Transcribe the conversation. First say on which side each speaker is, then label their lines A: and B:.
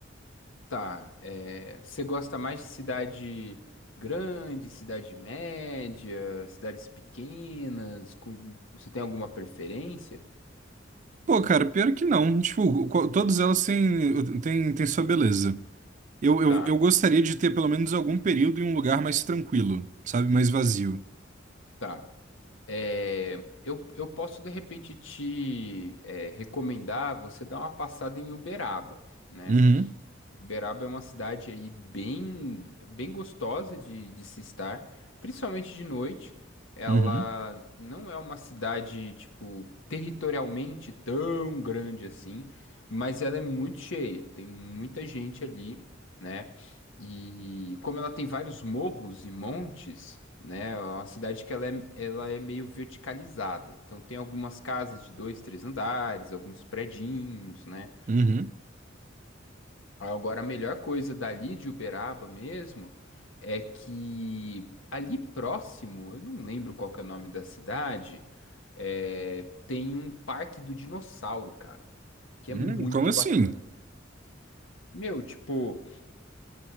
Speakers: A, on the left; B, on the right.
A: Tá, é, você gosta mais de cidade grande, cidade média, cidades pequenas? Com, você tem alguma preferência?
B: Pô, cara, pior que não. Tipo, co- todas elas têm, têm, têm sua beleza. Eu, eu,
A: Tá,
B: eu gostaria de ter pelo menos algum período em um lugar mais tranquilo, sabe? Mais vazio.
A: tá. É, eu, eu posso de repente te é, recomendar você dar uma passada em Uberaba, né?
B: Uhum,
A: Uberaba é uma cidade aí bem, bem gostosa de, de se estar, principalmente de noite. Ela
B: uhum,
A: não é uma cidade, tipo, territorialmente tão grande assim, mas ela é muito cheia, tem muita gente ali, né? E como ela tem vários morros e montes, né? É uma cidade que ela é, ela é meio verticalizada. Então tem algumas casas de dois, três andares, alguns predinhos, né?
B: uhum.
A: Agora, a melhor coisa dali de Uberaba mesmo é que ali próximo, eu não lembro qual que é o nome da cidade, é, tem um parque do dinossauro, cara, que
B: Hum,
A: é muito
B: como assim?
A: bacana. Meu, tipo,